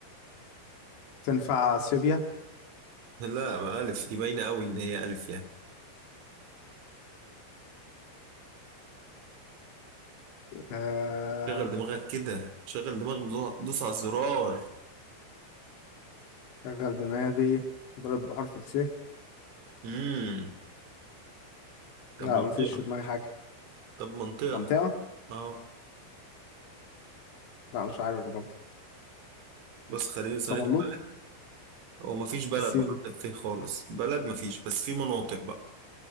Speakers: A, on the left (about 65°); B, on the right (about 85°).
A: تنفع اثيوبيا
B: لا بقى الف دي باينة قوي ان هي الف يعني
A: أه...
B: شغل دماغك كده شغل دماغك دوس على الزرار
A: شغل دماغي بلد بحرف الس
B: امم
A: لا
B: طب منطقة
A: مفيش في دماغي حاجة
B: طب منطقة
A: منطقة
B: اه
A: لا مش عارف برضه
B: بس خليني صريح
A: سملوط
B: معاك، هو مفيش بلد
A: بالسين
B: بحرف
A: دي
B: الث خالص بلد مفيش بس في مناطق بقى